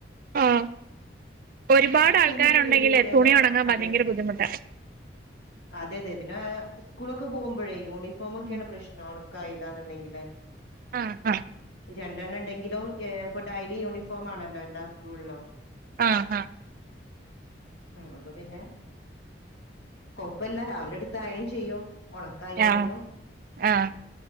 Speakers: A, on the right; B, on the left.
A: ആഹ് ഒരുപാട്
B: പത്ത്
A: ആൾക്കാരുണ്ടെങ്കിലേ
B: മിനിട്ട് വെയില് കിട്ടിയാലോ
A: തുണി ഉണങ്ങാൻ
B: അതെ
A: ഭയങ്കര ബുദ്ധിമുട്ടാ
B: അതെതെ പിന്നെ സ്കൂളൊക്കെ പോകുമ്പോഴേ യൂണിഫോമൊക്കേണ്
A: ഉം
B: പ്രശ് ണം. ഒണക്കായില്ലാന്നുണ്ടെങ്കില്
A: ആഹ് ഹാ
B: രണ്ടെണ്ണണ്ടെങ്കിലും ഏഹ് പ്പൊ ഡയ്ലി യൂണിഫോമാണല്ലോ എല്ലാ സ്കൂൾലും
A: ആഹ് ഹാ
B: ഉം അപ്പൊ പിന്നെ കൊപ്പല്ല രാവിലെട്ത്തയേൺ ചെയ്യും ഉണക്കായില്ലെങ്കിലും
A: ആഹ് ആഹ്